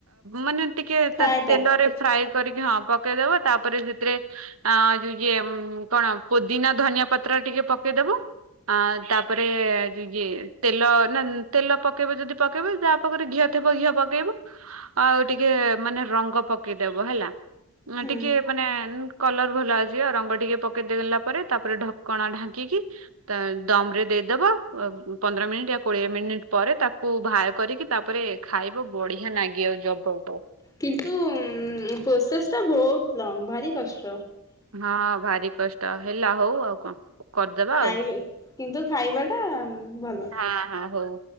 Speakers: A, on the right; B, on the left.
A: ମାନେ ଟିକେ
B: ଫ୍ରାଏ
A: ତା
B: ଟା
A: ତେଲରେ। ସାଇଜ କରିକି ହଁ ପକେଇଦବ ତାପରେ ସେଥିରେ ଅଁ ଯୋଉ ଇଏ କଣ ପୋଦିନା, ଧନିଆ ପତ୍ର ଟିକେ ପକେଇଦବ। ଆ ତାପରେ ଯୋ ଇଏ ତେଲ ନା ତେଲ ପକେଇବ ଯଦି ପକେଇବ, ଯାହା ପାଖରେ ଘିଅ ଥିବା ଘିଅ ପକେଇବ ଆଉ ଟିକେ ମାନେ ରଙ୍ଗ ପକେଇଦବ ହେଲା।
B: ହୁଁ।
A: ଟିକେ ମାନେ କଲର ଭଲ ଆସଯିବ ରଙ୍ଗ ଟିକେ ପକେଇଦେଲା ପରେ ତାପରେ ଢକଣା ଢାଙ୍କି କି ତା ଦମ୍ ରେ ଦେଇଦବ ଓ ପନ୍ଦର ମିନିଟ୍ ଆ କୋଡିଏ ମିନିଟ୍ ପରେ ତାକୁ ବାହାର କରି କରିକି ତାପରେ ଖାଇବ ବଢିଆ ନାଗିବ ଜବରଦସ୍ତ।
B: କିନ୍ତୁ ଉମ୍ ପ୍ରୋସେସ ଟା ବହୁତ ଲଙ୍ଗ ଭାରି କଷ୍ଟ।
A: ହଁ ଭାରି କଷ୍ଟ ହେଲା ହଉ ଆଉ କଁ? କରଦବା ଆଉ
B: ଖାଇ କିନ୍ତୁ ଖାଇବା ଟା ଭଲ।
A: ହଁ ହଁ ହଉ।